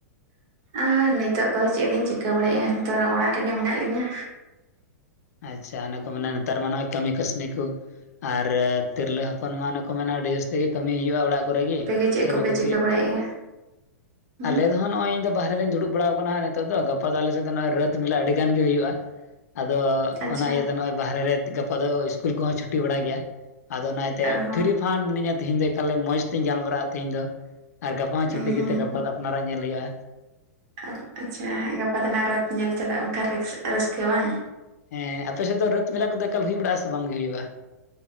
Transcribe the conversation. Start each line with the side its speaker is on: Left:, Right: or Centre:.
Right: ᱟᱨ ᱱᱤᱛᱚᱜ ᱫᱚ ᱪᱮᱫ ᱞᱤᱧ ᱪᱤᱠᱟᱹ ᱵᱟᱲᱟᱭ ᱭᱮᱫ- ᱟ ᱱᱤᱛᱚᱜ ᱫᱚ ᱚᱲᱟᱜ ᱨᱮᱜᱮ ᱢᱮᱱᱟᱜ ᱞᱤᱧᱟᱹ
Left: ᱟᱪᱷᱟ ᱚᱱᱟ ᱠᱚ ᱢᱮᱱᱟ ᱱᱮᱛᱟᱨ ᱢᱟ ᱱᱚᱜᱼᱚᱭ ᱠᱟᱹᱢᱤ ᱠᱟᱹᱥᱱᱤ ᱠᱚ ᱟᱨ ᱛᱤᱨᱞᱟᱹ ᱦᱚᱯᱚᱱ ᱢᱟ ᱚᱱᱮ ᱠᱚ ᱢᱮᱱᱟ ᱟᱹᱰᱤ ᱡᱟᱹᱥᱛᱤ ᱜᱮ ᱠᱟᱹᱢᱤ ᱦᱩᱭᱩᱜ-ᱟ ᱚᱲᱟᱜ ᱠᱚᱨᱮ ᱜᱤ
Right: ᱟᱯᱮᱜᱮ ᱪᱮᱫ
Left: ᱛᱷᱟᱹᱨᱤ
Right: ᱠᱚᱯᱮ
Left: ᱵᱟᱹᱴᱤ,
Right: ᱪᱤᱠᱟᱹ ᱵᱟᱲᱟᱭᱮᱫᱼᱟ ᱦᱩᱸ
Left: ᱟᱞᱮ ᱫᱚ ᱦᱟᱸᱜ ᱱᱚᱜ-ᱚᱭ ᱤᱧᱫᱚ ᱵᱟᱦᱨᱮ ᱨᱮᱧ ᱫᱩᱲᱩᱵ ᱵᱟᱲᱟᱣ ᱠᱟᱱᱟ ᱦᱟᱸᱜ ᱱᱤᱛᱚᱜ ᱫᱚ ᱜᱟᱯᱟ ᱫᱚ ᱟᱞᱮ ᱥᱮᱫ ᱫᱚ ᱱᱚᱜ-ᱚᱭ ᱨᱟᱹᱛ ᱢᱮᱞᱟ ᱟᱹᱰᱤ ᱜᱟᱱ ᱜᱮ ᱦᱩᱭᱩᱜ-ᱟ ᱟᱫᱚ
Right: ᱟᱪᱪᱷᱟ
Left: ᱚᱱᱟ ᱤᱭᱟᱹᱛᱮ ᱱᱚᱜ-ᱚᱭ ᱵᱟᱦᱨᱮ ᱨᱮ ᱜᱟᱯᱟ ᱫᱚ ᱤᱥᱠᱩᱞ ᱠᱚᱦᱚᱸ ᱪᱷᱩᱴᱤ ᱵᱟᱲᱟ ᱜᱮᱭᱟ ᱟᱫᱚ ᱚᱱᱟ ᱤᱭᱟᱹᱛᱮ
Right: ᱚ ᱦᱚᱸ
Left: ᱛᱷᱤᱨᱤᱯ ᱯᱷᱟᱱ ᱢᱤᱱᱟᱹᱧᱟ ᱛᱤᱦᱤᱧ ᱫᱚ ᱮᱠᱟᱞᱮ ᱢᱚᱸᱡᱛᱮᱧ ᱜᱟᱞᱢᱟᱨᱟᱜ-ᱟ ᱛᱤᱦᱤᱧ ᱫᱚ ᱟᱨ ᱜᱟᱯᱟ ᱦᱚᱸ
Right: ᱦᱩᱸ
Left: ᱪᱷᱩᱴᱤ ᱜᱤᱛᱮ ᱜᱟᱯᱟ ᱟᱨ ᱱᱟᱨᱟᱜ ᱧᱮᱞ ᱦᱩᱭᱩᱜ-ᱟ
Right: ᱟᱫᱚ ᱟᱪᱷᱟ ᱦᱟᱜ ᱜᱟᱯᱟ ᱫᱚᱱᱟᱜ ᱨᱟᱛ ᱧᱮᱞ ᱪᱟᱞᱟᱜ ᱵᱟᱠᱷᱟᱱ ᱨᱟᱹᱥ ᱨᱟᱹᱥᱠᱟᱹ ᱵᱟᱝ
Left: ᱦᱮᱸ ᱟᱯᱮ ᱥᱮᱫ ᱫᱚ ᱨᱟᱹᱛ ᱢᱮᱞᱟ ᱠᱚᱫᱚ ᱮᱠᱟᱞ ᱦᱩᱭ ᱵᱟᱲᱟᱜ-ᱟ ᱥᱮ ᱵᱟᱝᱜᱮ ᱦᱩᱭᱩᱜ-ᱟ?